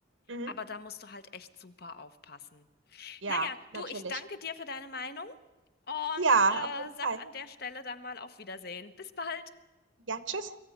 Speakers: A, on the right; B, on the left.
A: Mhm.
B: Aber da musst du halt echt super aufpassen.
A: Ja,
B: Naja,
A: natürlich.
B: du, ich danke dir für deine Meinung und
A: Ja,
B: äh,
A: auf jeden
B: sag
A: Fall.
B: an der Stelle dann mal auf Wiedersehen. Bis bald.
A: Ja, tschüss.